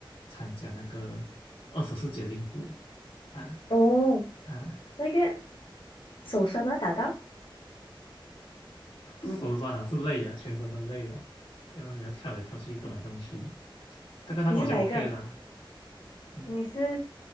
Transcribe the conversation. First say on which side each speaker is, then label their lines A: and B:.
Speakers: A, on the left; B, on the left.
A: 参加那个二十四节令鼓啊
B: 哦，
A: 啊，
B: 那个手酸吗？打到
A: 不是手酸啊，是累啊，全身都累了，因为你要跳来跳去，动来动去，大概那个我就
B: 你是哪一个？
A: OK 啦，嗯。
B: 你是